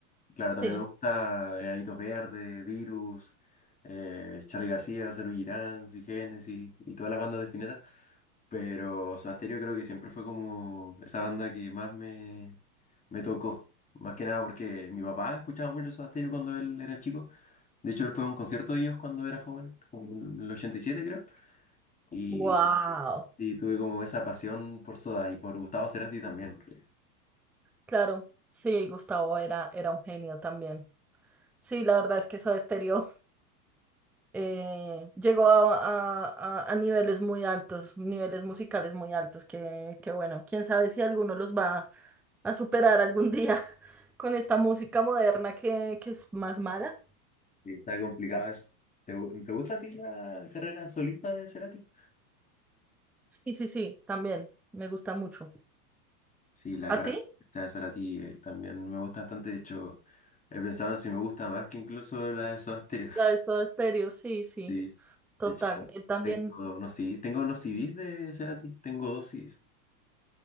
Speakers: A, on the left; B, in the centre.
A: Claro, también
B: Sí.
A: me gusta Enanitos Verdes, Virus, eh, Charly García, Serú Girán, Sui Generis y todas las bandas de Spinetta. Pero Sobasterio creo que siempre fue como esa banda que más me, me tocó. Más que nada porque mi papá escuchaba mucho Soda Stereo cuando él era chico. De hecho, él fue a un concierto de ellos cuando era joven, como en el 87 creo. Y,
B: Wow.
A: y tuve como esa pasión por Soda y por Gustavo Cerati también. en realidad.
B: Claro. Sí, Gustavo era, era un genio también. Sí, la verdad es que Soda Stereo eh, llegó a, a- a- a niveles muy altos, niveles musicales muy altos, que, que bueno, quién sabe si alguno los va a superar algún día <laughs> con esta música moderna que, que es más mala.
A: Sí, está complicado eso. ¿Te, gu- te gusta a ti la carrera solista de Cerati?
B: Sí, sí, sí, también me gusta mucho.
A: Sí, la
B: ¿A
A: carrera
B: ti?
A: solista de Cerati eh, también me gusta bastante. De hecho, he pensado en si me gusta más que incluso la de Soda Stereo.
B: La de Soda Stereo, sí, sí,
A: Sí,
B: total.
A: de hecho,
B: Él también.
A: tengo, no, sí, tengo unos CDs de Cerati, tengo dos CDs.